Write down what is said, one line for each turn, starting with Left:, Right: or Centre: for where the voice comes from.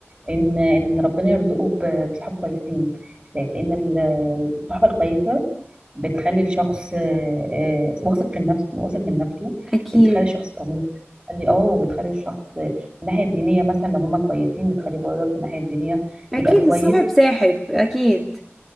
Right: ان ان ربنا يرزقه ب- بصحاب كويسين لان ال- الصحبه الكويسه بتخلي الشخص آه، آه، واثق في النفس واثق من نفسه
Centre: اكيد
Right: بتخلي الشخص طموح بتخلي اه بتخلي الشخص من الناحيه الدينيه مثلا لو هما كويسين بتخلي برضك من الناحيه الدينيه
Centre: اكيد
Right: يبقى كويس
Centre: الصاحب ساحب اكيد